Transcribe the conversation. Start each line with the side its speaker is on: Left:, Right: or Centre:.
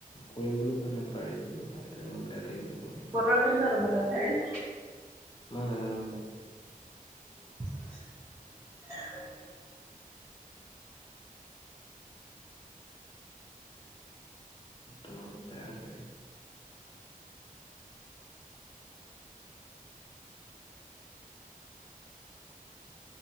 Left: কৰিম বুলি কোৱা নাই পাৰি বুলি ক'লা সেইটোৱে মোৰ বেয়া লাগিলে পেলাই
Right: বতৰ কেনেকুৱা তোমালোকৰ ফালে?
Left: ময় নাজানো।
Right: <unintelligible>
Left: তোৰ বেয়া চাগে।